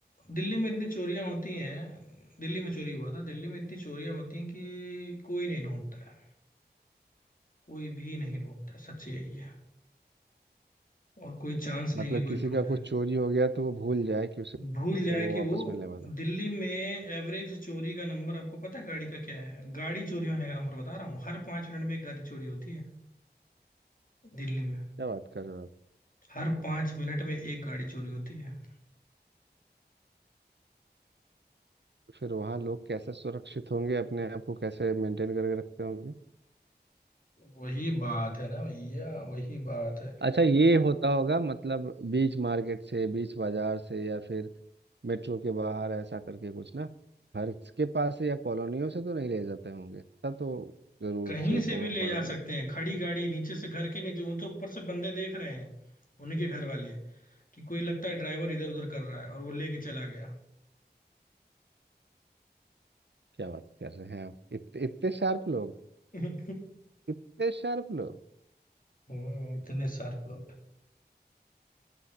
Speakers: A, on the left; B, on the right.
A: दिल्ली में इतनी चोरियां होती हैं दिल्ली में चोरी हुआ था दिल्ली में इतनी चोरियां होती हैं कि कोई नहीं ढूंढता है कोई भी नहीं ढूंढता है सच यही है और कोई चांस नहीं
B: मतलब
A: कि कोई
B: किसी
A: ढूंढे
B: का कुछ चोरी हो गया तो वो भूल जाए कि उसे
A: भूल जाए
B: वो
A: कि
B: वापस
A: वो
B: मिलने वाला
A: दिल्ली में एवरेज चोरी का नंबर आपको पता है गाड़ी का क्या है गाड़ी चोरी होने का नंबर बता रहा हूँ हर पांच मिनट में एक गाड़ी चोरी होती है दिल्ली में
B: क्या बात कर रहे हो आप?
A: हर पांच मिनट में एक गाड़ी चोरी होती है
B: फिर वहाँ लोग कैसे सुरक्षित होंगे अपने आप को कैसे मेंटेन करके रखते होंगे
A: वही बात है ना भैया वही बात है
B: अच्छा ये होता होगा मतलब बीच मार्केट से बीच बाजार से या फिर मेट्रो के बाहर ऐसा करके कुछ ना घर के पास से या कॉलोनियों से तो नहीं ले जाते होंगे तब तो जरूर
A: कहीं
B: सेफ
A: से
B: होगा
A: भी ले
B: कॉलोनी
A: जा सकते हैं खड़ी गाड़ी नीचे से घर के नीचे उन तो ऊपर से बंदे देख रहे हैं उन्हीं के घर वाले कि कोई लगता है ड्राइवर इधर उधर कर रहा है और वो लेके चला गया
B: क्या बात कर रहे हैं आप इत, इतने शार्प लोग
A: <laughs>
B: इतने शार्प लोग
A: हम्म इतने शार्प लोग